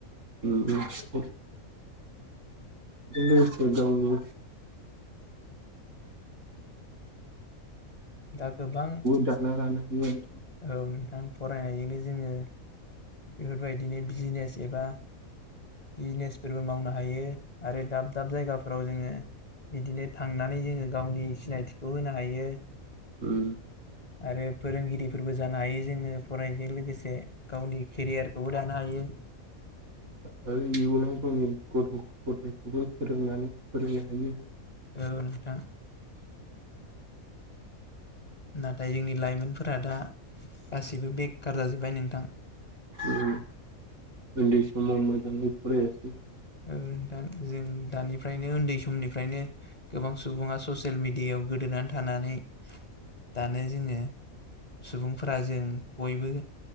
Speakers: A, on the right; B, on the left.
A: उम उम <unintelligible> गावनि
B: दा गोबां
A: दाना लानो हायो।
B: औ नोंथां फरायनायजोंनो जोङो बेफोरबायदिनो बिजनेस एबा बिजनेसफोरबो मावनो हायो आरो दाब दाब जायगाफोराव जोङो बिदिनो थाङ थांनानै जोङो गावनि सिनायथिखौ होनो हायो
A: उम
B: आरो फोरोंगिरिफोरबो जानो हायो जोङो फरायजों लोगोसे गावनि केरियारखौबो दानो हायो <inaudible>
A: आरो इयुनाव जोंनि गथ' गथायखौबो फोरोंनानै फोरोंनो हायो
B: औ नोंथां नाथाय जोंनि लाइमोनफोरा दा गासैबो बेखार जाजोब्बाय नोंथां
A: उम उन्दै समाव मोजाङै फरायासै
B: औ नोंथां जों दानिफ्रायनो उन्दै समनिफ्रायनो गोबां सुबुङा ससियेल मिडियायाव गोदोन नानै थानानै दानो जोङो सुबुंफोरा जों बयबो